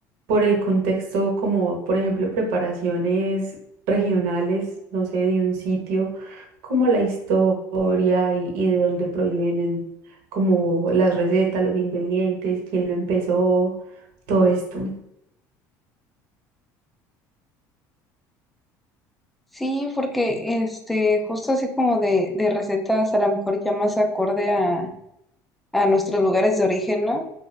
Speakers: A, on the right; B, in the centre.
A: por el contexto, como por ejemplo preparaciones regionales, no sé, de un sitio, como la historia y, y de dónde provienen, como las recetas, los ingredientes, quién lo empezó, todo esto.
B: Sí, porque este, justo así como de, de recetas, a lo mejor ya más acorde a, a nuestros lugares de origen, ¿no?